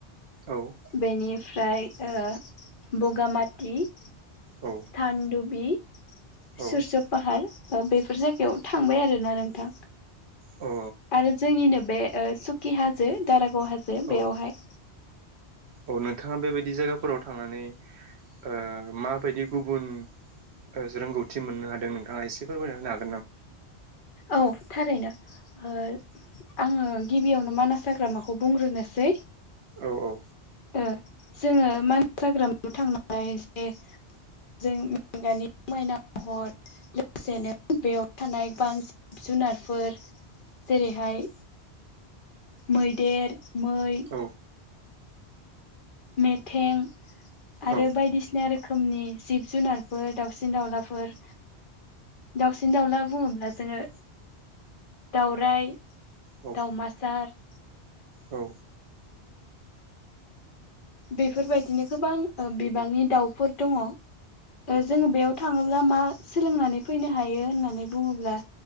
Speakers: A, on the right (about 75°); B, on the left (about 55°).
A: औ
B: बेनिफ्राय ओ बगामाथि
A: औ
B: सानदुबि
A: औ
B: सुरस' पाहार बेफोर जायगायाव
A: औ
B: थांबाय आरो ना नों थां
A: औ
B: आरो जोंनिनो बे ओ सुकि हाजो दारा गाव हाजो
A: औ
B: बेयावहाय
A: औ नोंथाङा बेबायदि जायगाफोराव थांनानै ओ माबायदि गुबुन ओ जे रोंगौथि मोननो हादों नोंथाङा एसे फोरमायना होनो हा
B: औ थारैनो ओ आङो गिबियावनो मानास हाग्रामाखौ बुंग्रोनोसै
A: औ औ
B: ओ जोङो <unintelligible> मानास हाग्रामायाव थांनानै जे जोंगानि समायना महर लोगोसेनो बेयाव थानाय बां जिब जुनारफोर जेरैहाय मैदेर, मै
A: औ
B: मेथें आरो
A: औ
B: बायदिसि ना रोखोमनि जिब जुनारफोर दाउसिन दाउलाफोर दाउसिन दाउला बुङोब्ला जोङो दावराय,
A: औ
B: दावमासार
A: औ
B: बेफोरबायदिनो गोबां बिबांनि दाउफोर दङ। जोङो बेयाव थाङोब्ला मा सोलोंनानै फैनो हायो होननानै बुङोब्ला?